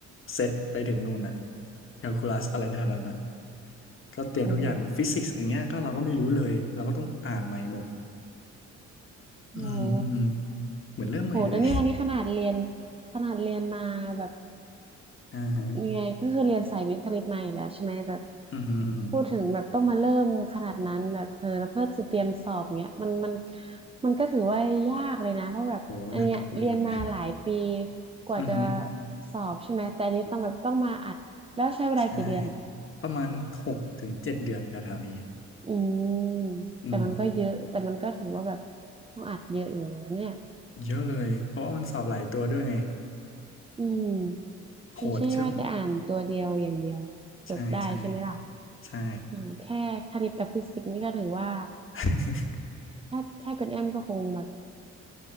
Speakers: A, on the left (about 45°); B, on the right (about 20°).
A: เซตไปถึงนู่นอะแคลคูลัสอะไรเท่านั้นนะก็เตรียมทุกอย่างฟิสิกส์อย่างเงี้ยก็เราก็ไม่รู้เลยเราก็ต้องอ่านใหม่หมด
B: โอ้โหโอ้โห
A: อืมอืมเหมือนเริ่มใหม่เลย
B: โหดนะเนี่ยอันนี้ขนาดเรียนขนาดเรียนมาแบบ
A: <laughs> อ่าฮะ
B: ยังไงก็คือเรียนสายวิทย์คณิตมาอยู่แล้วใช่ไหมแบบ
A: อือฮึอือฮึ
B: พูดถึงแบบต้องมาเริ่มขนาดนั้นแบบเออแล้วเพื่อจะเตรียมสอบเนี้ยมันมันมันก็ถือว่ายากเลยนะเพราะแบบอันเนี้ยเรียนมาหลายปี
A: โหหนักหนักหน่อย
B: กว่าจะ
A: อือฮึ
B: สอบใช่ไหมแต่อันนี้ต้องแบบต้องมาอัดแล้วใช้เวลากี่เดือน
A: ใช่ประมาณหกถึงเจ็ดเดือนแถวๆนี้
B: อืม
A: อืม
B: แต่มันก็เยอะแต่มันก็ถือว่าแบบต้องอัดเยอะอยู่นะเนี่ย
A: เยอะเลยเพราะว่ามันสอบหลายตัวด้วยไง
B: อืม
A: โหดช่วง
B: ไม่ใช่ว่าจะอ่านตัวเดียวอย่างเดียวจบได้ใช่ไหมล่ะ
A: ใช่ใช่ใช่
B: โอ้แค่คณิตกับฟิสิกส์นี่ก็ถือว่า
A: <laughs>
B: แทบแทบเป็นแอมก็คงแบบ